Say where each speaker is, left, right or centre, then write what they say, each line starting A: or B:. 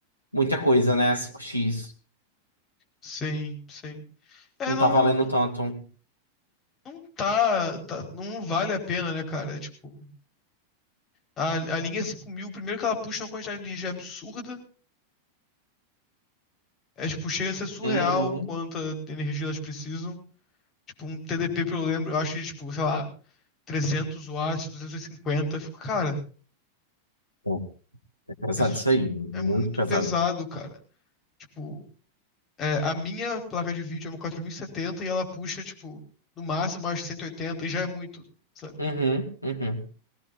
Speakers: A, on the left; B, on the left.
A: muita coisa, né? A 5X
B: Sim, sim. É,
A: não
B: não
A: tá valendo tanto.
B: não tá, tá não vale a pena, né, cara? É tipo A, a linha 5000 primeiro que ela puxa é uma quantidade de energia absurda. É, tipo, chega a ser surreal
A: Uhum.
B: quanta energia elas precisam. Tipo, um TDP, pelo lembro, eu acho que, tipo, sei lá, 300 watts, 250. Eu fico, cara,
A: Pô, É pesado
B: é, su-
A: isso aí, muito
B: é muito
A: pesado.
B: pesado, cara. Tipo, é, a minha placa de vídeo é uma quatro mil e setenta e ela puxa, tipo, no máximo acho cento e oitenta e já é muito, sabe?
A: Uhum, uhum.